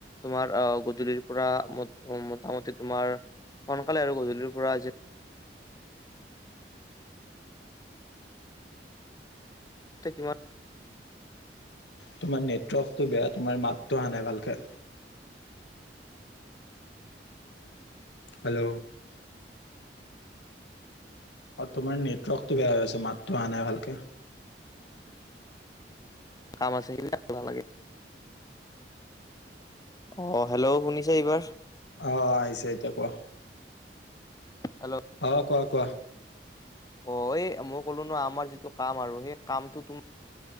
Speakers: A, on the left; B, on the left.
A: তোমাৰ অ গধলিৰ পৰা মট অ মোটামুটি তোমাৰ সোনকালে আৰু গধূলিৰ পৰা যে <unintelligible> কিমান
B: তোমাৰ নেটৱৰ্কটো বেয়া তোমাৰ মাতটো অহা নাই ভালকে হেল্ল' অ তোমাৰ নেটৱৰ্কটো বেয়া হৈ আছে মাতটো অহা নাই ভালকে
A: কাম আছে সেইবিলাক নালাগে অ হেল্ল'ও শুনিছে এইবাৰ
B: অ অ' আহিছে এতিয়া কোৱা
A: হেল্ল'
B: অ কোৱা কোৱা।
A: অ এই মই ক'লো ন আমাৰ যিটো কাম আৰু সেই কামটো তোম